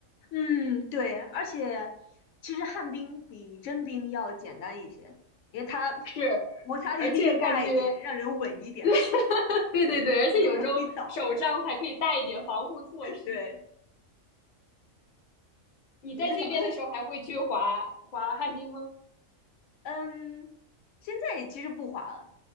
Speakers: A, on the left (about 65°); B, on the left (about 45°).
A: 嗯，对，而且其实旱冰比真冰要简单一些，因为它
B: 是，
A: 摩擦力毕竟大一点，
B: 而且感觉，
A: 让人稳一点吧，
B: <laughs> 对对对，而且有时候手上还可以带一点防护措施。
A: 不那么容易倒。<laughs> 对，
B: 你在这边的时候还会去滑滑旱冰吗？
A: 我觉得咱们嗯，现在其实不滑了。